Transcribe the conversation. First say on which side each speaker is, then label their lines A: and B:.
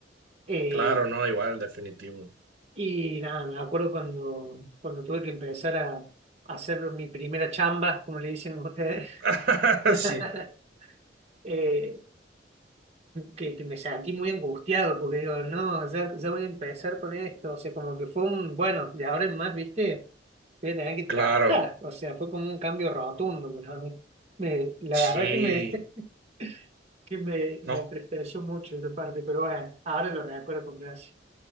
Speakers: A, on the right (about 35°); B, on the right (about 55°).
A: Eh,
B: claro, no, igual, definitivo.
A: y nada, me acuerdo cuando, cuando tuve que empezar a, a hacer mi primera chamba, como le dicen ustedes.
B: <laughs>
A: <laughs>
B: Sí,
A: Eh, que, que me sentí muy angustiado porque digo, no, ya, ya voy a empezar con esto, o sea, como que fue un, bueno, de ahora en más, viste, voy a tener que trabajar,
B: claro,
A: o sea, fue como un cambio rotundo, pero me- me- la
B: sí.
A: verdad que me, <laughs> que me, me
B: No,
A: entristeció mucho esa parte, pero bueno, ahora lo recuerdo con gracia.